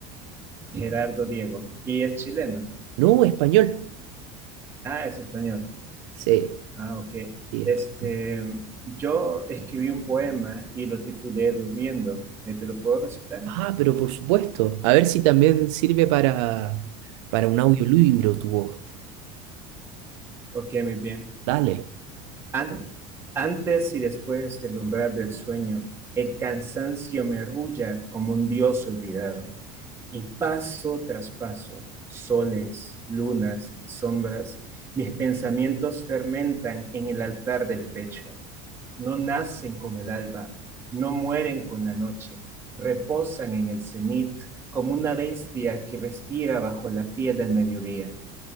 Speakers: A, on the right; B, on the right.
A: Gerardo Diego. Y es chileno.
B: No, español.
A: Ah, es español.
B: Sí,
A: Ah, ok.
B: sí,
A: Este,
B: español.
A: yo escribí un poema y lo titulé Durmiendo. Eh, ¿Te lo puedo recitar?
B: Ah, pero por supuesto. A ver si también sirve para, para un audiolibro tu voz.
A: Ok, muy bien.
B: Dale,
A: An- antes y después del umbral del sueño, el cansancio me rulla como un dios olvidado. Y paso tras paso, soles, lunas, sombras, mis pensamientos fermentan en el altar del pecho. No nacen con el alba, no mueren con la noche, reposan en el cenit como una bestia que respira bajo la piel del mediodía.